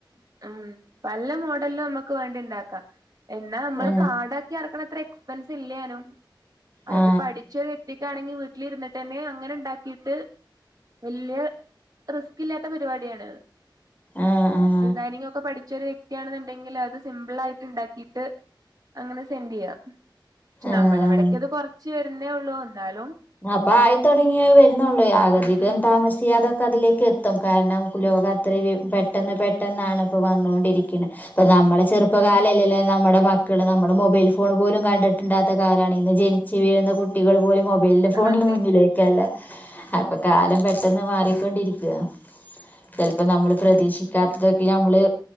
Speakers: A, on the right (about 50°); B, on the left (about 20°).
A: മം പല്ല മോഡലും നമ്മുക്ക് വേണ്ടിണ്ടാക്കാം എന്നാ നമ്മള്
B: ആ
A: കാർഡാക്കി ഇറക്കണ അത്ര എക്സ്പെൻസ് ഇല്ലാനും
B: ആ
A: അത് പഠിച്ചരു വ്യക്തിക്കാണെങ്കി വീ വീട്ടിലിരുന്നിട്ട് തന്നെ അങ്ങനെ ഉണ്ടാക്കിയിട്ട് വലിയ റിസ്ക് ഇല്ലാത്ത പരിപാടിയാണ്
B: ആഹ് ആ
A: ഡിസൈനിങ് ഒക്കെ പഠിച്ചൊരു വ്യക്തിയാണെന്നുണ്ടെങ്കിൽ അത് സിമ്പിൾ ആയിട്ട് ഉണ്ടാക്കിയിട്ട് അങ്ങനെ സെന്റ് ചെയ്യാം, പക്ഷെ
B: ആഹ്
A: നമ്മളെ എവിടെക്കെ അത് കുറച്ച് വരുന്നേ ഉള്ളൂ എന്നാലും
B: അപ്പ ആയിതുടെങ്ങിയ വരുന്നുള്ളേ ആഗതിക്ക
A: ഉം ഉം
B: താമസ ചെയ്യാതെ ഒക്കെ അതിലേക്ക് എത്തും, കാരണം ലോകം അത്രയും പെട്ടെന്ന് പെട്ടെന്നാണ് ഇപ്പോൾ വന്നുകൊണ്ടിരിക്കുന്നത് ഇപ്പ നമ്മളെ ചെറുപ്പകാലല്ലല്ലേ
A: ഉം ഉം
B: നമ്മുടെ മക്കൾ ക്ക്ൾ നമ്മള് മൊബൈൽ ഫോൺ പോലും കണ്ടിട്ട്ല്ലാത്ത കാലമാണ് ഇന്ന് ജനിച്ചു വീഴുന്ന കുട്ടികൾ പോലും മൊബൈൽ ഫോണിന്
A: അതെ
B: മുന്നിലേക്കല്ലേ അപ്പൊ കാലം പെട്ടെന്ന് മാറിക്കൊണ്ടിരിക്കുവ. ചെലപ്പോ നമ്മള് പ്രതീക്ഷിക്കാത്തതൊക്കെ നമ്മള്